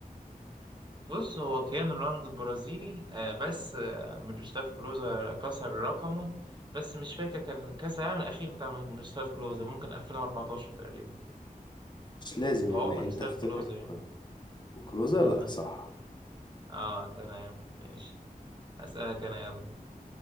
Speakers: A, on the right (about 30°); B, on the left (about 30°).
A: بص هو كيانو رونالدو البرازيلي آه بس آه ميروسلاف كلوزا كسر رقمه بس مش فاكر كان كأس العالم الأخير بتاع ميروسلاف كلوزا ممكن 2014 تقريبا
B: مش لازم
A: فهو
B: يعني
A: ميروسلاف
B: أنت اختيارك
A: كلوزا يعني
B: كلوزا
A: <laughs>
B: لا صح
A: اه تمام ماشي هسألك أنا يلا